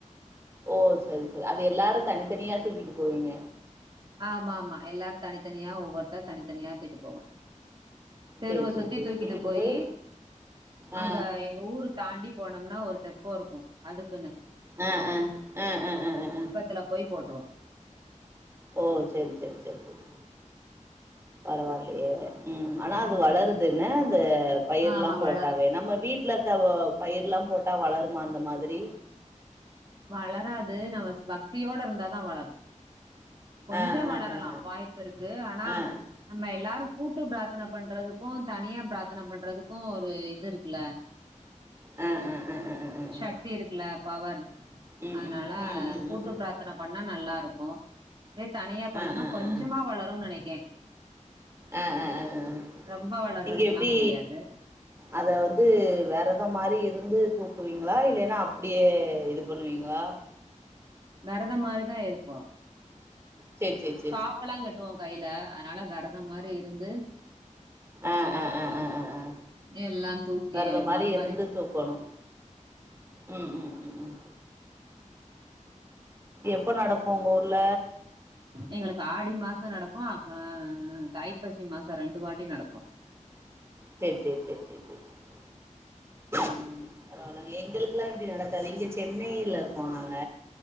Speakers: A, on the right (about 20°); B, on the right (about 40°).
A: ஓ சேரி சேரி அது எல்லாரு தனித்தனியா தூக்கிட்டு போவீங்க
B: ஆமா ஆமா எல்லாரு தனித்தனியா ஒவ்வொருத்த தனித்தனியா துக்கிட்டு போவோ தெருவ
A: சரி சரி
B: சுத்தி
A: சரி
B: தூக்கிட்டு போயி
A: போய் ஆ
B: அங்க எங்க ஊரு தாண்டி போனோம்னா ஒரு தெப்போ இருக்கு அதுக்குன்னு
A: ஆ ஆ ஆ ஆ ஆ
B: அதுல போய் போட்ருவோ
A: ஓ சேரி சேரி சேரி சேரி பரவாயில்லயே ம் ஆனா அது
B: ம்
A: வளருது என அந்த பயிர்
B: ஆமா
A: எல்லா போட்டாவே
B: வள
A: நம்ப வீட் லஇருக்க பயிருல்லா போட்டா வளருமா அந்த மாரி
B: வளராது நம்ம பக்தியோட இருந்தாதா வளரு கொஞ்சோ
A: ஆ
B: வளரலா
A: ஆ ஆ
B: வாய்ப்பு இருக்கு ஆனா
A: ஆ ஆ
B: நம்ம எல்லாரு கூட்டு பிராத்தன பண்றதுக்கு தனியா பிராத்தன பண்றதுக்கு ஒரு இது இருக்குல
A: ஆ ஆ ஆ ஆ ஆ ஆ ஆ ஆ.
B: சக்தி இருக்குல பவர்
A: ம்
B: அதுனால
A: ம் ம் ம்
B: கூட்டு
A: ம் ம்
B: பிராத் தன பண்ணா நல்லா இருக்கு இதே தனியா பண்ணோம்னா
A: ஆ ஆ
B: கொஞ்சமா
A: ஆ ஆ
B: வளரும்னு நெனைக்குற
A: அ ஆ ஆ அ
B: ரொம்ப வளர்றதுக்குல்லா
A: இங்க எப்டி
B: முடியாது
A: அத வந்து வெரத மாரி இருந்து தூக்குவீங்ளா இல்லைனா அப்டியே இது பண்ணுவீங்ளா
B: வெரத மாரிதா இருப்போ
A: சேர் சேர்
B: காப்பலா கட்டுவோ கைல அதனால வெரத மாரி இருந்து
A: ஆ ஆ ஆ ஆ ஆ ஆ
B: எல்லா தூக்கி
A: வெரதம்
B: மொளப்பாறி
A: மாரி இருந்து
B: <inaudible>
A: தூக்கணு ம் ம் ம் ம் எப்ப நடக்கு உங்க ஊர்ல
B: எங்களுக்கு ஆடி மாச நடக்கு அ தைப்பசி மாச ரெண்டு வாட்டி நடக்கு
A: சேரி சேரி சேரி சே சே சே ம் பரவாலங்க எங்களுக்லா இப்டி நடக்காது இங்க சென்னையில இருக்கோ நாங்க